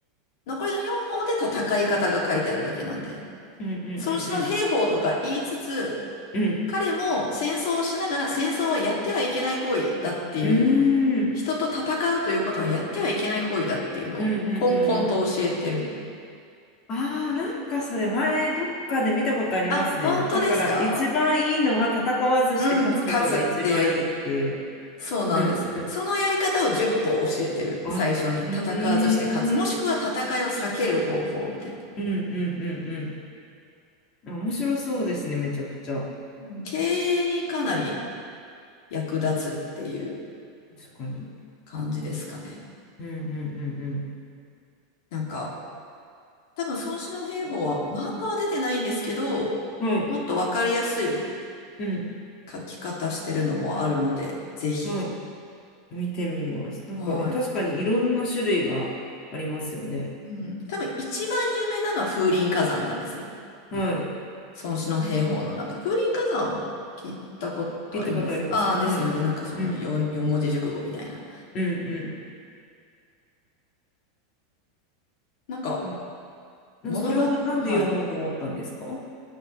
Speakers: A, on the left; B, on the left.
A: 残りの4法で戦い方が書いてあるだけなんで、
B: うんうん
A: 孫子の兵法とか言いつつ、
B: うんうん。うん。
A: 彼も戦争をしながら戦争はやってはいけない行為だっていう、
B: うーん。
A: 人と戦うということはやってはいけない行為だっていうのを、
B: うんうんうんうん。
A: こんこんと教えてる。
B: ああ、なんかそれ前どっかで見たことありますね。
A: あ、本当ですか
B: だから一番いいのは戦わずして勝つことが一番いいっていう。
A: うん、勝つっていうそうなんです。
B: うんうん。
A: そのやり方を10歩教えてる。
B: あ、
A: 最初に。戦わずして勝つ。
B: へえ。
A: もしくは戦いを避ける方法みたいな。
B: うんうんうんうん。面白そうですね、めちゃくちゃ。
A: うん経営にかなり役立つっていう
B: 確かに。
A: 感じですかね。
B: うんうん
A: なんか、多分孫子の兵法は漫画は出てないんですけど、
B: うんうん。はい。
A: もっとわかりやすい
B: うん。
A: 書き方してるのもあるので、ぜひ。
B: はい。見てみます。なんか確かにいろんな種類がありますよね。
A: はい。うん。多分一番有名なのは風林火山なんですよ。
B: はい。
A: 孫子の兵法の中、風林火山は聞いたことあります。
B: 聞いたことありますね。
A: ああ、
B: はい。
A: ですよね。なんかその4、
B: うん、
A: 四文字熟語みたいな。
B: うん、う
A: なんか、
B: ん。いや、なそれをなんで読もうと思ったんですかは
A: 物が、はい。